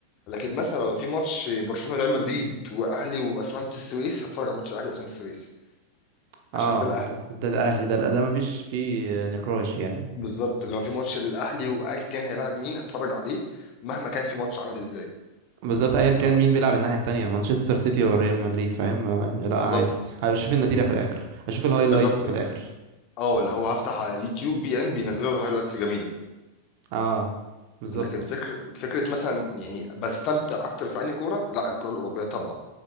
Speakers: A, on the left; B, on the right.
A: لكن مثلا لو في ماتش برشلونة ريال مدريد وأهلي وأسمنت السويس هتفرج على ماتش الأهلي وأسمنت السويس
B: اه
A: عشان ده الأهلي
B: انت ده, ده اهلي ده لا ده مفيش فيه نقاش يعني
A: بالظبط لو في ماتش للاهلي وان كان هيلاعب مين هتفرج عليه مهما كان في ماتش عامل ازاي
B: بالظبط ايا
A: يعني
B: كان
A: اه
B: مين بيلعب الناحيه التانية مانشستر سيتي وريال مدريد فاهم آه، لا
A: بالظبط
B: عادي اشوف النتيجه في الاخر اشوف الهايلايتس
A: بالظبط
B: في الاخر
A: اه اللي هو هفتح على يوتيوب بي ان بينزلوا هايلايتس جميله
B: اه بالظبط
A: لكن فكره فكره مثلا يعني بستمتع اكتر في انهي كوره لا الكوره الاوروبيه طبعا